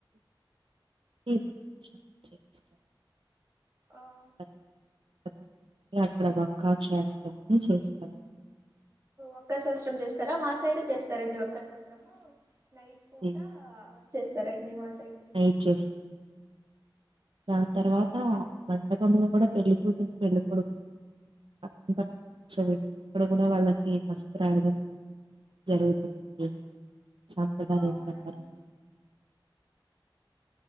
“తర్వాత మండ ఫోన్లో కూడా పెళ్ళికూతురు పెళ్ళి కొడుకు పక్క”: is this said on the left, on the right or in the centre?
Right